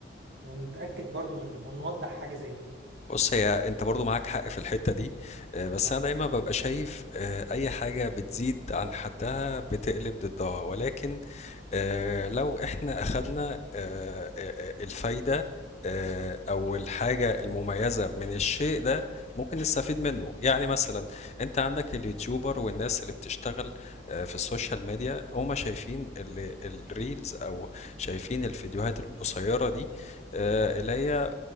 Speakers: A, on the right; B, on the left.
A: ونتأكد برضو ون... ونوضح حاجة زي كده
B: بص هي انت برضو معاك حق في الحتة دي آه، بس
A: اه
B: انا دايما ببقى شايف آه، اي حاجة بتزيد عن حدها بتقلب ضدها ولكن آآ لو إحنا أخدنا آآ آآ الفايدة آآ أو الحاجة المميزة من الشيء ده، ممكن نستفيد منّه. يعني مثلًا أنت عندك اليوتيوبر والناس اللي بتشتغل آآ في السوشيال ميديا، هم شايفين ال الreels أو شايفين الفيديوهات القصيّرة دي آآ اللي هي